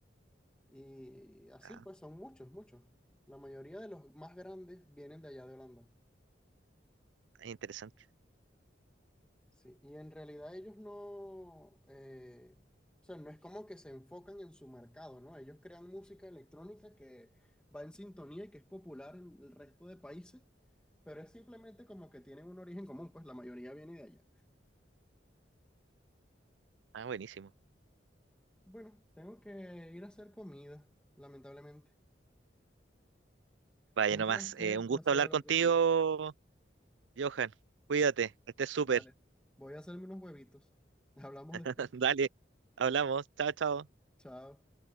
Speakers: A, in the centre; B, on the right.
A: y así
B: ah,
A: pues son muchos, muchos. La mayoría de los más grandes vienen de allá de Holanda.
B: es interesante.
A: Sí, y en realidad ellos no, eh, o sea, no es como que se enfocan en su mercado, ¿no? Ellos crean música electrónica que va en sintonía y que es popular en el resto de países, pero es simplemente como que tienen un origen común, pues la mayoría viene de allá.
B: Ah, buenísimo.
A: Bueno, tengo que ir a hacer comida, lamentablemente.
B: Vaya
A: Fue
B: nomás.
A: un placer,
B: eh, un
A: placer
B: gusto hablar
A: hablar
B: contigo,
A: contigo.
B: Johan. Cuídate, que estés súper.
A: Dale, voy a hacerme unos huevitos. <laughs> Hablamos
B: <laughs>
A: después.
B: Dale, hablamos. Chao, chao.
A: Chao.